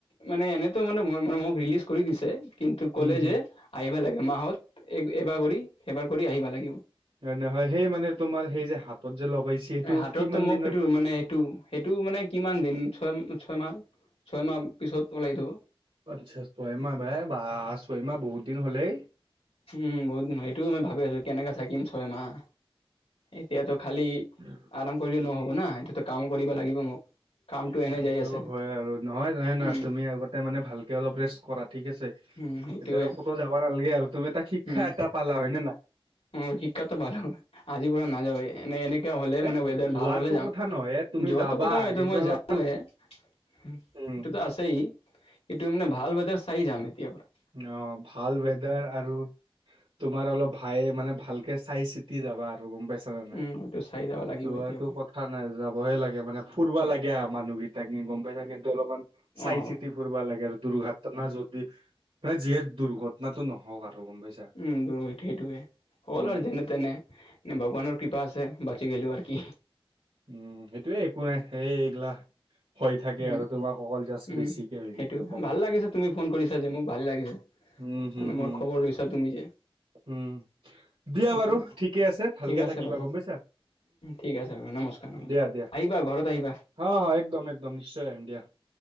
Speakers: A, on the left; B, on the right.
A: মানে এনেতো মানে মোক ৰিলিজ কৰি দিছে কিন্তু ক'লে
B: উম হম
A: যে আহিব লাগে মাহত এবাৰ কৰি সেইবাৰ কৰি আহিব লাগিব।
B: হয়, নহয় সেই মানে তোমাৰ সেই যে হাতত যে লগাইছে সেইটো
A: অ' হাততো
B: কিমান
A: মোক
B: দিনৰ
A: সেইটো মানে সেইটো। সেইটো মানে কিমান দিন ছয়, ছয়, মাহ ছয় মাহ পিছত ওলাই থ'ব।
B: আচ্ছা ছয়মাহ ভাই বা ছয়মাহ বহুত দিন হ'লেই।
A: উম, বহুত দিন সেইটোয় মই ভাবি আছো কেনেককাে থাকিম ছয় মাহ এতিয়াতো খালি
B: <inaudible>
A: আৰাম কৰিলে নহ'ব না সেইটোতো কামো কৰিব লাগিব মোক কামটো
B: এতিয়া
A: এনে
B: সেইটো
A: যাই আছে।
B: হয় আৰু নহয়, নহয়, নহয়
A: উম,
B: তুমি আগতে মানে ভালকে অলপ ৰেষ্ট কৰা ঠিক আছে। এতিয়া
A: উম, সেইটোৱে
B: আৰু ক'তো যাব নালাগে আৰু তুমি এটা শিক্ষা
A: উম,
B: এটা পালা হয় নে নাই।
A: <unintelligible> শিক্ষাটো পালো আজিৰ পৰা নযাৱে। এ, এনেককাে হলে
B: নে
A: মানে ৱেডাৰ
B: যোৱাটো
A: ভাল হলে যাম
B: কথা নহয় তুমি
A: যোৱাতটো
B: যাবা
A: কথা নহ
B: কিন্তু
A: তো মই
B: অলপ
A: জানো এইটোতো
B: উম
A: আছে কিটো এম ভাল বজাৰ চাই যাম এতিয়ায় পৰা, পৰা
B: অহ, ভাল ৱেদাৰ আৰু তোমাৰ অলপ ভাই মানে ভালকে চাই চিতি যাবা আৰু গম পাইছা। পাইছা নাই,
A: উম, এইটো চাই যাব লাগিব
B: যোৱাটো
A: এতিয়া পৰা।
B: কথা নাই যাবহে লাগে মানে ফুুৰবা লাগে আহ মানুহকেইটাক নি গম পাইছা কিন্তু অলপমান চাই-চিতি
A: অ',
B: কৰিব লাগে আৰু দুৰ্ঘটনা যদি মানে যিহেতু দুৰ্ঘটনাটো নহওঁক আৰু গম পাইছা।
A: উম, ৰাইট সেইটোৱে হ'ল
B: উম
A: আৰু যেনে-তেনে নে ভগৱানৰ কৃপা আছে বাচি গ'লোঁ আৰু কি।
B: উম, সেইটোয়ে একো নাই এই এইগিলা। হৈ থাকে
A: উম',
B: আৰু তোমাক অকল জাষ্ট
A: উম'।
B: বেছিকে হৈ
A: সেইটো
B: গৈছে অকমান
A: ভাল লাগিছে তুমি ফোন কৰিছা যে মোক, ভাল লাগিছে।
B: উম হম
A: মানে
B: হম
A: মোৰ খবৰ লৈছা তুমি যে।
B: উম, দিয়া
A: সেইটো
B: বাৰু ঠিকে আছে, ভালকে
A: ঠিক আছে
B: থাকিবা
A: বাৰু।
B: গম পাইছা।
A: ঠিক আছে বাৰু নমস্কাৰ নমস্কাৰ।
B: দিয়া দিয়া
A: আহিবা ঘৰত আহিবা।
B: অ', অ', একদম একদম নিশ্চয় আহিম দিয়া।